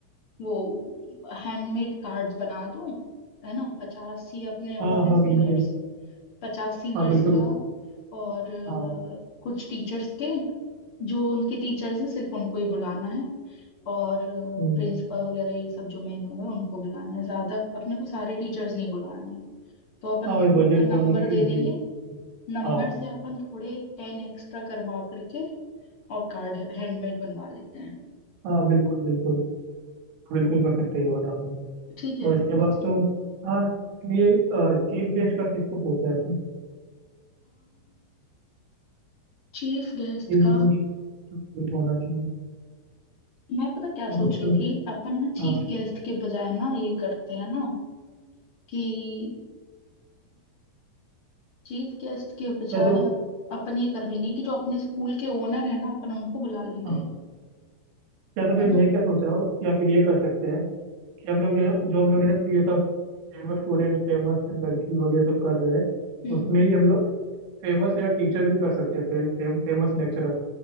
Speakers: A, on the left; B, on the right.
A: वो हैंडमेड कार्ड्स बना दो है ना पचास ही अपने वो
B: हाँ
A: हैं
B: हाँ
A: सीनियर्स
B: बिल्कुल
A: पचास सीनियर्स
B: हाँ बिल्कुल
A: का और अ,
B: हाँ
A: कुछ टीचर्स के जो उनके टीचर्स हैं सिर्फ उनको ही बुलाना है और
B: हम्म
A: प्रिंसिपल वगैरह ये सब जो मेन होगा उनको बुलाना है ज्यादा अपने को सारे टीचर्स नहीं बुलाने हैं तो अपन
B: हाँ
A: उनको
B: वही बजट
A: उतना
B: का
A: नंबर
B: भी
A: दे
B: इजी
A: देंगे
B: है
A: नंबर
B: हाँ
A: से अपन थोड़े टेन एक्स्ट्रा करवा करके और कार्ड हैंडमेड बनवा लेते हैं
B: हाँ बिल्कुल बिल्कुल बिल्कुल कर सकते हैं ये वाला हाँ
A: ठीक है
B: और इसके बाद
A: और
B: तो हाँ ये चीफ गेस्ट का किसको सोचा है
A: चीफ गेस्ट
B: चीफ
A: का
B: गेस्ट तो होना चाहिए
A: मैं पता क्या
B: हाँ
A: सोच
B: मतलब
A: रही थी अपन ना चीफ
B: हाँ
A: गेस्ट के बजाय ना ये करते हैं ना कि चीफ गेस्ट के बजाय
B: या तो
A: अप, अपन ये कर लेंगे कि जो अपने स्कूल के ओनर है ना अपन उनको बुला लेंगे
B: हाँ या तो फिर
A: है ना
B: मैं क्या सोच रहा हूँ या फिर ये कर सकते हैं कि हम लोग ये जो हम लोग है ना ये सब फेमस स्टूडेंट फेमस लड़की वगैरह सब कर रहे हैं
A: हम्म
B: उसमें
A: हम्म,
B: ही हम लोग फेमस है ना टीचर भी कर सकते हैं फे, फे, फेमस लेक्चरर